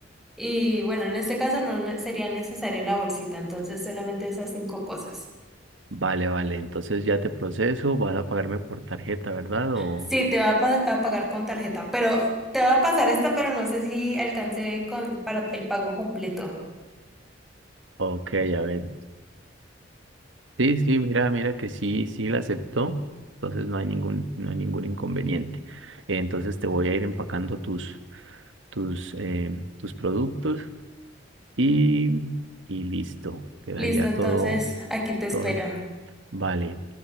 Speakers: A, in the centre; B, on the right.
A: y bueno, en este caso no ne- sería necesaria la bolsita, entonces solamente esas cinco cosas.
B: Vale, vale, entonces ya te proceso, vas a pagarme por tarjeta, ¿verdad? O,
A: Sí, te va a, pa- a pagar con tarjeta, pero te va a pasar esta, pero no sé si alcance con para el pago completo.
B: ok, a ver. Sí, sí, mira, mira que sí, sí la aceptó, entonces no hay ningún, no hay ningún inconveniente. Entonces te voy a ir empacando tus, tus, eh, tus productos y, y listo, quedaría
A: Listo, entonces
B: todo,
A: aquí te espero.
B: todo, vale.